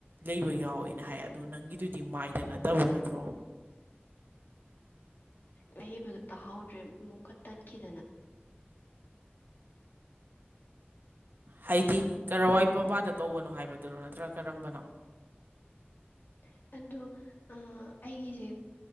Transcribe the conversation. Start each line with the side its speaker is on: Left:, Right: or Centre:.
Right: ꯂꯩꯕ ꯌꯥꯎꯋꯦꯅ ꯍꯥꯏ ꯑꯗꯨ ꯅꯪꯒꯤꯗꯨꯗꯤ ꯃꯥꯏꯗ ꯅꯠꯇꯕ ꯅꯠꯇ꯭ꯔꯣ
Left: ꯂꯩꯕꯗꯨꯣ ꯇꯥꯍꯧꯗ꯭ꯔꯦ ꯑꯃꯨꯛꯀ ꯇꯠꯈꯤꯗꯅ
Right: ꯍꯥꯏꯗꯤ ꯀꯔꯋꯥꯏ ꯃꯄꯥꯗ ꯇꯧꯕꯅꯣ ꯍꯥꯏꯕꯗꯨꯔꯣ ꯅꯠꯇ꯭ꯔꯒ ꯀꯔꯝꯕꯅꯣ
Left: <unintelligible> ꯑꯗꯣ ꯑꯩꯒꯤꯁꯦ